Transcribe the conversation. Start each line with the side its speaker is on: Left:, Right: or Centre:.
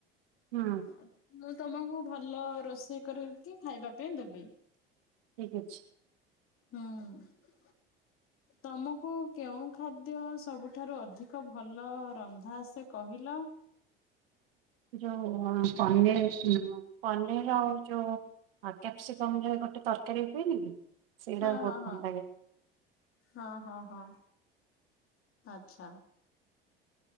Right: ହୁଁ।
Left: ଆଉ ମୁଁ ତମକୁ ଭଲ ରୋଷେଇ କରିକି ଖାଇବା ପାଇଁ ଦେବି।
Right: ଠିକ ଅଛି।
Left: ହୁଁ। ତମକୁ କେଉଁ ଖାଦ୍ୟ ସବୁଠାରୁ ଅଧିକ ଭଲ ରନ୍ଧା ଆସେ କହିଲ।
Right: ଯୋଉ ପନିର ଚିଲି ମ। ପନିର ଆଉ ଯୋଉ କ୍ୟାପସିକମ ରେ ଗୋଟେ ତରକାରୀ ହୁଏନି କି। ସେଇଟା
Left: ହଁ
Right: ବହୁତ
Left: ହଁ ହଁ
Right: ଭଲ ଲାଗେ
Left: ହଁ ହଁ ହଁ ଆଛା।